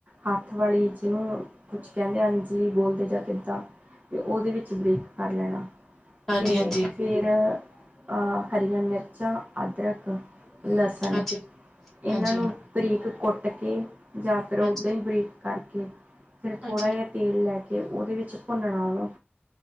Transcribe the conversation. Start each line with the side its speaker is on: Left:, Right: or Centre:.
Right: ਹ ਵਾਲੀ ਜਿਹਨੂੰ ਕੁਛ ਕਹਿੰਦੇ ਅੰਜਲੀ ਬੋਲਦੇ ਜਾਂ ਕਿੱਦਾਂ ਅਤੇ ਉਹਦੇ ਵਿੱਚ ਬ੍ਰੇਕ ਕਰ ਲੈਣਾ
Centre: ਹਾਂਜੀ-ਹਾਂਜੀ,
Right: ਤੇ ਫਿਰ ਅ ਹਰੀਆਂ ਮਿਰਚਾਂ, ਅਦਰਕ ਲਸਣ,
Centre: ਹਾਂਜੀ,
Right: ਇਹਨਾਂ
Centre: ਹਾਂਜੀ,
Right: ਨੂੰ
Centre: ਹਾਂਜੀ,
Right: ਬਰੀਕ ਕੁੱਟ ਕੇ ਜ਼ਿਆਦਾਤਰ ਉੱਦਾਂ
Centre: ਹਾਂਜੀ,
Right: ਹੀ ਬਰੀ ਕਰਕੇ ਫਿਰ ਥੋੜਾ
Centre: ਹਾਂਜੀ
Right: ਜਿਹਾ
Centre: ਹਾਂਜੀ
Right: ਤੇਲ ਲੈ ਕੇ ਅਤੇ ਉਹਦੇ ਵਿੱਚ ਭੁੰਨਣਾ ਵਾ।